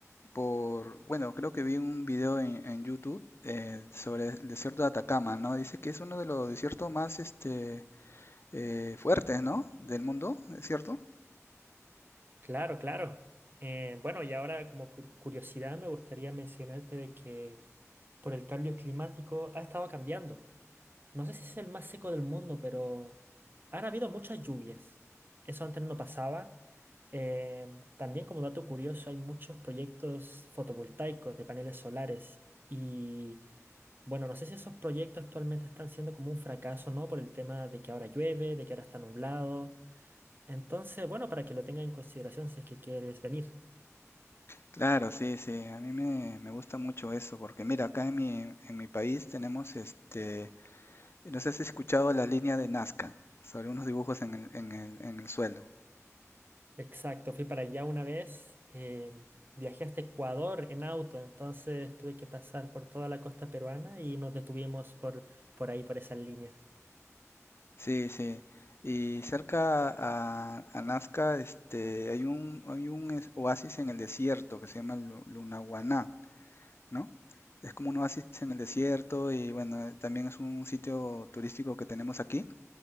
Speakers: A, on the left (about 50°); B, on the right (about 40°).
A: por, bueno, creo que vi un video en, en YouTube eh, sobre el desierto de Atacama, ¿no? Dice que es uno de los desiertos más este eh, fuertes, ¿no? Del mundo, ¿es cierto?
B: Claro, claro. Eh, bueno, y ahora como cur- curiosidad me gustaría mencionarte de que por el cambio climático ha estado cambiando. No sé si es el más seco del mundo, pero han habido muchas lluvias. Eso antes no pasaba. Em, también como dato curioso, hay muchos proyectos fotovoltaicos de paneles solares. Y bueno, no sé si esos proyectos actualmente están siendo como un fracaso, ¿no? Por el tema de que ahora llueve, de que ahora está nublado. Entonces, bueno, para que lo tenga en consideración si es que quieres venir.
A: Claro, sí, sí, a mí me, me gusta mucho eso, porque mira, acá en mi, en mi país tenemos este No sé si has escuchado la línea de Nazca sobre unos dibujos en el, en el, en el suelo.
B: Exacto, fui para allá una vez, eh, viajé hasta Ecuador en auto, entonces tuve que pasar por toda la costa peruana y nos detuvimos por, por ahí, por esas líneas.
A: Sí, sí. Y cerca a, a Nazca este, hay un, hay un es- oasis en el desierto que se llama Lu- Lunahuaná, ¿no? Es como un oasis en el desierto y bueno, eh, también es un sitio turístico que tenemos aquí,